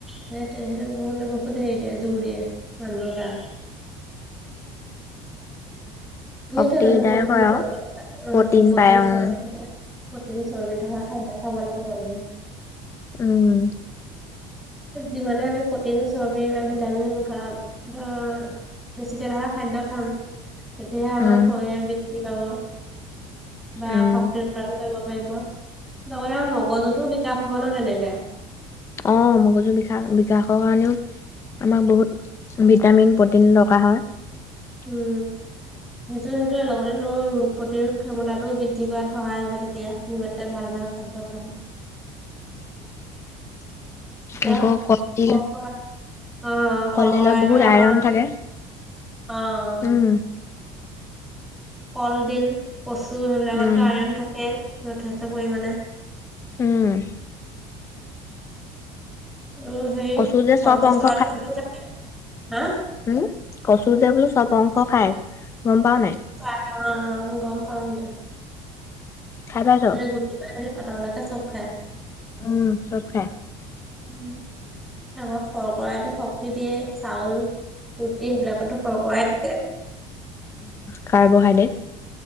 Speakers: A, in the centre; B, on the left.
A: সেইতে সেইটো মানে বহুত হেৰি দিয়ে জোৰ দিয়ে মানুহৰ গাত। সেইটোৱে
B: শক্তিদায়ক
A: মানে প্ৰিন
B: হয়
A: চৰ্বি
B: আৰু
A: থকা উিন
B: প্ৰটিন পায় অ'।
A: চৰ্বি থকা <unintelligible> প্ৰটিন চৰ্বি থকা খাদ্য খাব লাগে মানুহে।
B: উম।
A: যিমানে আমি প্ৰটিন চৰ্বি বা ভিটামিন এনেকুৱা ধৰা বেছি তেল হ'লে খাদ্য খাম। তেতিয়াহে আমাৰ
B: উম,
A: শৰীৰ বৃদ্ধি পাব বা
B: উম।
A: শক্তিৰ কৰিব পাৰিব লগতে মগজতো বিকাশ হ'ব ন তেনেকে।
B: অ' মগজু বি বিকাশৰ কাৰণেও আমাক বহুত ভিটামিন প্ৰটিন দকাৰ হয়। <unintelligible>
A: উম সেইটো সেইটোে লগতে ন ৰোগ প্ৰতিৰোধ ক্ষমতাটো বৃদ্ধি কৰাত সহায় হ'ব তেতিয়া, ইমান। ভাল ভাল খাদ্য খাবি। <unintelligible> এতিয়া
B: আকৌ
A: শৰ্কৰা
B: কলডিল
A: আহ
B: কলডিলত
A: শৰ্কৰাইতটো
B: বহুত
A: আমাৰ
B: আইৰন থাকে।
A: অ'।
B: উম।
A: কলডিল, কচু সেইবিলাকতো
B: উম।
A: আইৰণ থাকে যথেষ্ট পৰিমাণে।
B: উম'।
A: আৰু সেই
B: কচু যে
A: কল
B: চব
A: পচলা
B: অংশ
A: সেৰিও থাকে হা?
B: হুম, কচু যে বোলো চব অংশ খায় গম পাও নাই।
A: পাও অ' গম পাও দে।
B: খাই পাইছ?
A: গুটি পাৰ পা তেওঁলোকে চব খাই।
B: উম' চব খাই।
A: উম' হ'ব। শৰ্কইতো শক্তি দিয়ে চাউল ৰুটি সেইবিলাকো শৰকৰাই থাকে।
B: কাৰ্বোহাইড্ৰেট।